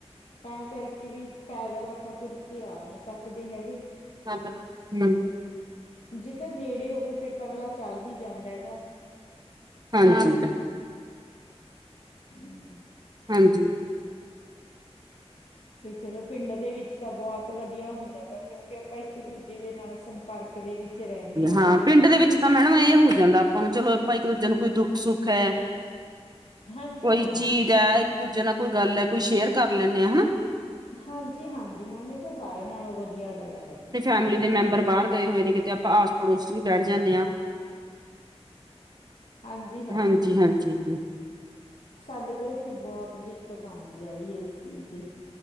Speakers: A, on the left; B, on the right.
A: ਤਾਂ ਕਰਕੇ ਵੀ ਪੈਦਲ, ਆਪਾਂ ਤੁਰ ਕੇ ਆ ਨੀਂ ਸਕਦੇ ਹੈਗੇ।
B: <unintelligible>
A: ਜੇ ਤਾਂ ਨੇੜੇ ਹੋਵੇ ਫੇਰ ਤਾਂ ਅਗਲਾ ਚੱਲ ਵੀ ਜਾਂਦਾ ਹੈਗਾ।
B: ਹਾਂਜੀ।
A: ਹਮ
B: ਹਾਂਜੀ।
A: ਤੇ ਚਲੋ ਪਿੰਡ ਦੇ ਵਿੱਚ ਤਾਂ ਬਹੁਤ ਵਧੀਆ ਹੁੰਦਾ ਹੈਗਾ ਕਿਉਂਕਿ ਆਪਾਂ ਇੱਕ-ਦੂਜੇ ਦੇ ਨਾਲ ਸੰਪ ਪਰਕ ਦੇ ਵਿੱਚ ਰਹਿੰਨੇ ਆਂਗੇ।
B: ਹਾਂ ਪਿੰਡ ਦੇ ਵਿੱਚ ਤਾਂ ਮੈਡਮ ਇਹ ਹੋ ਜਾਂਦਾ ਆਪਾਂ ਨੂੰ, ਚਲੋ ਆਪਾਂ ਇੱਕ-ਦੂਜੇ ਨੂੰ ਕੋਈ ਦੁੱਖ-ਸੁੱਖ ਐ।
A: ਹਾਂਜੀ
B: ਕੋਈ
A: ਹਾਂ
B: ਚੀਜ਼ ਐ, ਇੱਕ-ਦੂਜੇ ਨਾਲ ਕੋਈ ਗੱਲ ਐ, ਕੋਈ ਸ਼ੇਅਰ ਕਰ ਲੈਂਨੇ ਆਂ ਹਨਾਂ।
A: ਹਾਂਜੀ-ਹਾਂਜੀ ਮੈਮ ਇਹ ਤਾਂ ਸਾਰਿਆਂ ਨਾਲੋਂ ਵਧੀਆ ਗੱਲ ਹੈਗੀ।
B: ਫੈਮਲੀ ਦੇ ਮੈਂਬਰ ਬਾਹਰ ਗਏ ਹੋਏ ਨੇ ਕਿਤੇ, ਆਪਾਂ ਆਸ-ਪੜੋਸ ਚ' ਵੀ ਬੈਠ ਜਾਂਨੇ ਆਂ।
A: ਹਾਂਜੀ ਹਾਂ
B: ਹਾਂਜੀ- ਹਾਂਜੀ-
A: ਸਾਡੇ ਤਾਂ ਇਥੇ ਬਹੁਤ ਦਿਕਤ ਆਉਦੀ ਹੈ। ਇਸ ਚੀਜ ਦੀ-